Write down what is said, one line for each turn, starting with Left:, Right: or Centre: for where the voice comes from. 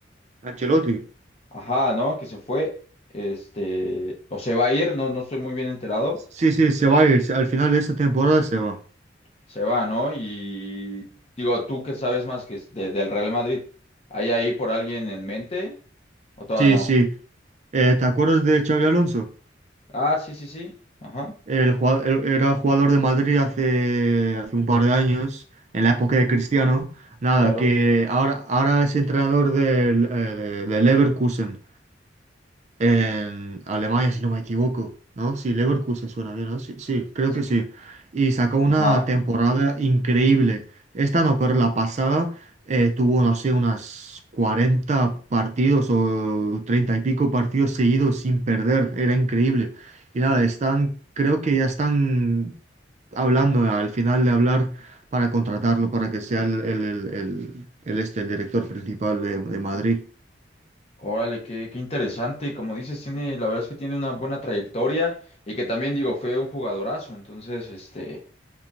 Right: Ancelotti.
Left: Ajá, ¿no? Que se fue, este, o se va a ir, no, no estoy muy bien enterado,
Right: Sí, sí, se va a ir. Al final de esta temporada se va.
Left: se va, ¿no? Y digo, tú que sabes más que es de- del Real Madrid, ¿hay ahí por alguien en mente? ¿O todavía
Right: Sí,
Left: no?
Right: sí. Eh, ¿te acuerdas de Xavi Alonso?
Left: Ah, sí, sí, sí, ajá,
Right: El, jua- él era jugador de Madrid hace, hace un par de años, en la época de Cristiano. Nada,
Left: claro.
Right: que ahora, ahora es entrenador del, eh, de- del Leverkusen. en Alemania, si no me equivoco, ¿no? Sí, Leverkusen suena bien, ¿no? Sí, sí, creo
Left: Es
Right: que
Left: que-
Right: sí. Y sacó una
Left: Ajá.
Right: temporada increíble. Esta no, pero la pasada eh, tuvo, no sé, unas 40 partidos o 30 y pico partidos seguidos sin perder. Era increíble. Y nada, están, creo que ya están hablando, al final de hablar, para contratarlo, para que sea el, el, el, el- el este, el director principal de de Madrid.
Left: Órale, qué, qué interesante. Como dices, tiene, la verdad es que tiene una buena trayectoria y que también, digo, fue un jugadorazo. Entonces, este,